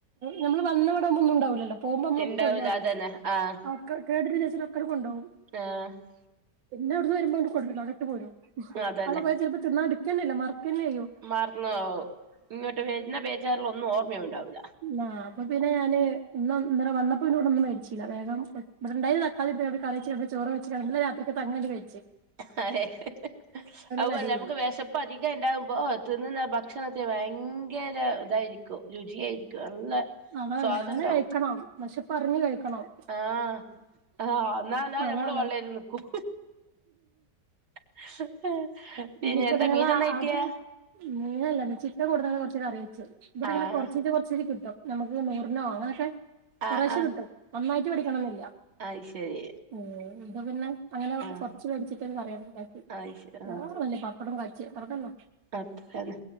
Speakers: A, on the right; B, on the right.
A: നമ്മൾ വന്ന ഇവിടെ ഒന്നും ഉണ്ടാവില്ലല്ലോ പോകുമ്പോൾ നമ്മൾ
B: ഉണ്ടാവൂല
A: ഒക്കെ ഒഴിവാക്കും
B: അതന്നെ ആഹ്
A: <unintelligible> <unintelligible> കൊണ്ട് പോകും..
B: ആഹ്..
A: പിന്നെ അവിടുന്ന് വരുമ്പോ ഇങ്ങട് കൊണ്ട് വരൂല അവിടെ ഇട്ട് പോരും.
B: അതന്നെ
A: അവിടെ പോയാ ചെലപ്പോ തിന്നാണ്ട് ഇട്ക്കെന്നെല്ല്യ മറക്കെന്നെയ്യും.
B: മറന്നോവും ഇങ്ങട്ട് വരുന്ന ബേജാറില് ഒന്നും ഓർമ്മയുണ്ടാവില്ല.
A: ആഹ് അപ്പ പിന്നെ ഞാന് ഇന്ന ഇന്നലെ വന്നപ്പോ പിന്നെ ഇവിടെന്നൊന്നും മേടിച്ചില്ല. വേഗം ഇവിടെ ഇണ്ടായിന്ന തക്കാളിട്ട്കാണ്ട് കറി വെച്ചികാണ്ട് ചോറും വെച്ചികാണ്ട് ഇന്നലെ രാത്രികാത്തത് അങ്ങനെ ആണ്ട് കയ്ച്ച്..
B: <unintelligible> അതും
A: കടിയില്ല
B: അല്ലാ നമുക്ക് വെശപ്പ് പ്പ് അധികം ഇണ്ടാകുമ്പോ തിന്നുന്ന ഭക്ഷണത്തിന് ഭയങ്കര ഇതായിരിക്കും രുചിയായിരിക്കും നല്ല
A: അതാണ്
B: സ്വാദുണ്ടാവും
A: അങ്ങനെ കഴിക്കണം വെശപ്പറിഞ് കഴിക്കണം.
B: ആഹ ആഹ് എന്നാല്ലാ
A: അതാണ്
B: ഞമ്മള് ഓൺലൈന്ല് നിക്കും. <unintelligible>
A: ഇഞ്ഞിപ്പ
B: എന്താ
A: ങ്ങള
B: മീനെന്നാ കിട്ടിയേ
A: അത് മീനല്ല ഇന്ന് ചിക്കൻ കൊണ്ടുന്നത് കൊറച്ച് കറി വെച്ച്. ഇവിടെങ്ങനെ
B: ആഹ്
A: കൊറച്ചിച്ചെ കൊറച്ചിച്ചെ കിട്ടും. നമുക്ക് നൂറിനോ അങ്ങനെയൊക്കെ
B: ആഹ്
A: കൊറേശെ
B: ആഹ്
A: കിട്ടും. ഒന്നായിട്ട് മെടിക്കണംന്നില്ല.
B: അത് ശരി
A: ഉം ഇന്ന് പിന്നെ അങ്ങനെ
B: ആഹ്
A: കൊറച്ച് വേടിച്ചിട്ട് ഒരു കറി വെക്കാന്ന് കരുതി.
B: അത് ശരി
A: വേറെന്നും ഇല്ലെ? പപ്പടം കാച്ചി അത്ര തന്നെ.
B: അത്ര തന്നെ